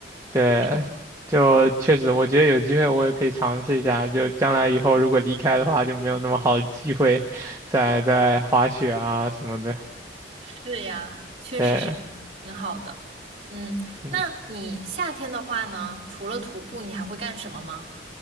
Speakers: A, on the right; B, on the right.
A: 对，
B: 挺好
A: 就确实，我觉得有机会我也可以尝试一下，就将来以后如果离开的话，就没有那么好的机会再再滑雪啊什么的。
B: 是呀，确实是挺好的。
A: 对，
B: 嗯，
A: 嗯
B: 那你夏天的话呢，除了徒步，你还会干什么吗？